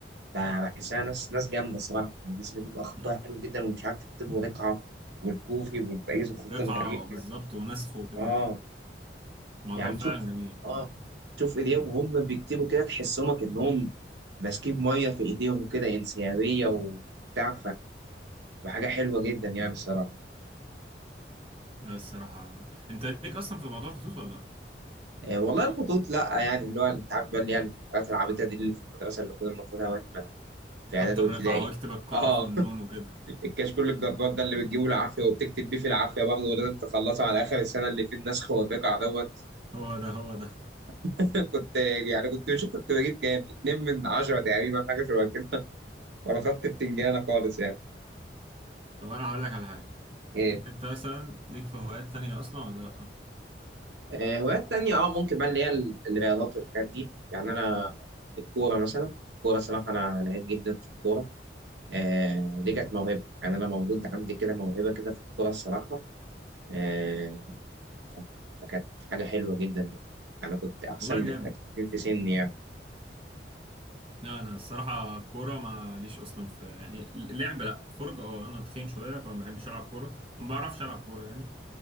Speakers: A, on the right (about 75°); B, on the right (about 30°).
A: ب- بحسها ناس ناس جامده صراحه الناس اللي بيبقى
B: <laughs>
A: خطها حلو جدا ومش عارف يكتبوا رقعه والكوفي والباقي الخطوط
B: رقعه
A: الغريبه
B: بالظبط ونسخ وكده
A: اه
B: موضوع
A: يعني
B: فعلا
A: تشوف
B: جميل
A: اه تشوف ايديهم وهم بيكتبوا كده تحسهم كانهم ماسكين ميه في ايديهم كده انسيابيه وبتاع فحاجه حلوه جدا يعني الصراحه
B: لا، الصراحة انت ليك اصلا في موضوع الخطوط ولا لا
A: آه والله الخطوط لا يعني اللي هو انت عارف بقى اللي هي الحاجات العبيطه دي اللي في المدرسه اللي كنا بناخدها واحنا في
B: خط
A: اعدادي
B: الرقعة
A: وابتدائي
B: واكتب القاف
A: اه
B: والنون وكده
A: <laughs> الكشكول الجبار ده اللي بتجيبه العافيه وبتكتب بيه في العافيه برضه ولازم تخلصه على اخر السنه اللي فيه النسخ والرقع دوت
B: هو ده هو ده
A: <laughs> كنت يعني كنت مش كنت بجيب كام؟ اتنين من عشره تقريبا حاجه شبه كده <laughs> وانا خدت بتنجانه خالص يعني
B: طب انا هقول لك على حاجة
A: ايه
B: انت مثلا ليك في هوايات تانية اصلا ولا لا
A: آه، هوايات تانية اه ممكن بقى اللي هي ال- الرياضات والحاجات دي يعني انا الكوره مثلا الكوره الصراحه انا لعيب جدا في الكوره آه دي كانت موهبه يعني انا مولود عندي كده موهبه كده في الكوره الصراحه آه ف- فكانت حاجة حلوة جدا يعني أنا كنت أحسن
B: والله
A: من
B: جامد
A: الأكاديميين في سني يعني
B: لا انا الصراحة كورة ما ليش اصلا في يعني لعب لا فرجة اه انا تخين شوية فما بحبش العب كورة ما بعرفش العب كورة يعني